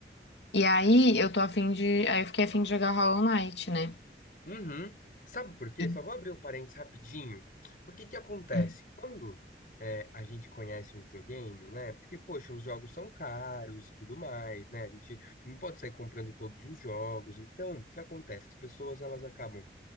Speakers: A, on the left; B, on the left.
A: E aí eu tô a fim de. Aí eu fiquei a fim de jogar Hollow Knight, né?
B: Uhum. Sabe por quê?
A: E-
B: Só vou abrir o parênteses rapidinho. Porque que acontece?
A: <clears throat>
B: Quando é, a gente conhece um videogame, né? Porque, poxa, os jogos são caros e tudo mais, né? A gente não pode sair comprando todos os jogos. Então, o que acontece? As pessoas, elas acabam